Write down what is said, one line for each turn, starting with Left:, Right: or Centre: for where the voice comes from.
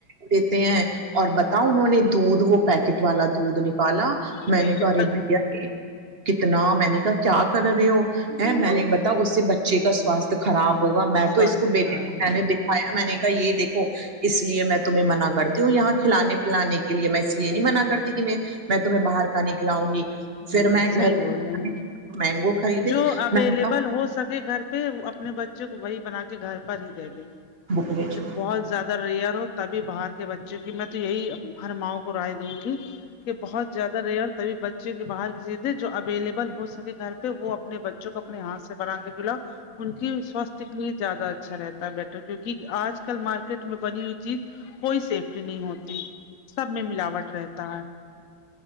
Right: دیتے ہیں اور بتاؤ انہوں نے دودھ وہ پیکٹ والا دودھ والا
Left: بتائیے
Right: میں نے کہا
Left: کتنا
Right: ارے بھیا کتنا میں نے کہا کیا کر رہے ہو ہے میں نے بتا اس سے بچے کا سواستھ خراب ہوگا میں
Left: سواستھ
Right: تو اس کو بیٹے
Left: خراب ہے
Right: نے دکھایا میں نے کہا یہ دیکھو اس لیے میں تمہیں منع کرتی ہوں یہاں کھلے پلانے کے لیے میں اس لیے نہیں منع کرتی کہ میں میں تمہیں باہر کا نہیں کھلاؤں گی
Left: ہمم
Right: پھر میں
Left: صحیح
Right: گھر
Left: بول رہے ہیں
Right: مینگو خریدے
Left: جو اویلیبل
Right: میں نے کہا
Left: ہو سکے گھر پہ وہ اپنے بچوں کو وہی بنا کے گھر پر ہی دے دیں
Right: بکلٹ
Left: بہت زیادہ اور ریئر ہو تبھی باہر کے بچوں کی میں تو یہی ہر ماؤ کو رائے دوں گی کہ بہت زیادہ ریئر تبھی بچے کی باہر کی چیزیں جو اویلیبل ہو سکے گھر پہ وہ اپنے بچوں کو اپنے ہاتھ سے بنا کے کھلا ان کی سواستھ کے لیے زیادہ اچھا رہتا بیٹر ہوگی کیونکہ آج کل مارکیٹ میں بنی ہوئی چیز کوئی سیف نہیں ہوتی سب میں ملاوٹ رہتا ہے